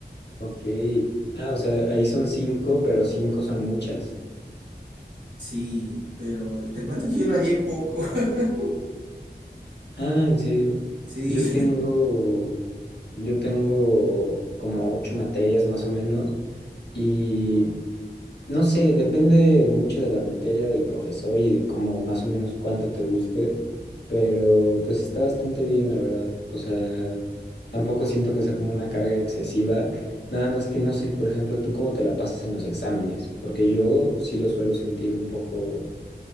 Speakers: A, on the left; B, on the right.
A: Ok. Ah, o sea, ahí son cinco, pero cinco son muchas.
B: Sí, pero te cuento que yo lo hallé poco. <laughs>
A: Ah, en serio.
B: Sí,
A: Yo tengo, yo tengo como ocho materias más o menos y no sé, depende mucho de la materia, del profesor y de cómo más o menos cuánto te guste, pero pues está bastante bien, la verdad. O sea, tampoco siento que sea como una carga excesiva, nada más que no sé, por ejemplo, tú cómo te la pasas en los exámenes, porque yo sí lo suelo sentir un poco,